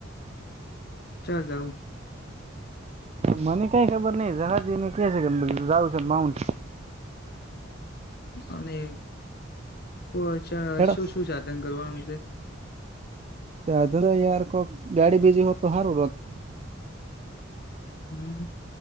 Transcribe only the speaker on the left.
ચિયા જાઉ.
અને કો શું
શું સાધન કરવાનું છે.
હમ્મ.